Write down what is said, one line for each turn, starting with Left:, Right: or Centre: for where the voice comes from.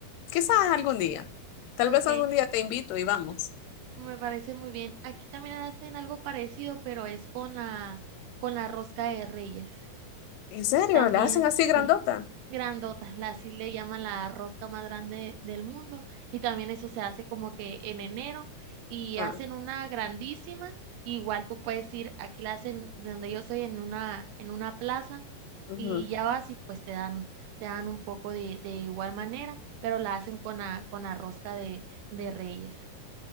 Left: quizás algún día, tal
Right: Ok,
Left: vez algún día te invito y vamos.
Right: me parece muy bien. Aquí también hacen algo parecido, pero es con la, con la rosca de Reyes.
Left: ¿En serio?
Right: También,
Left: ¿La hacen así
Right: sí.
Left: grandota?
Right: grandotas, así le llaman la rosca más grande del mundo y también eso se hace como que en enero y
Left: Ah,
Right: hacen una grandísima, igual tú puedes ir, aquí la hacen de donde yo soy en una en una plaza
Left: ujú.
Right: y ya vas y pues te dan te dan un poco de, de igual manera, pero la hacen con la con la rosca de de reyes.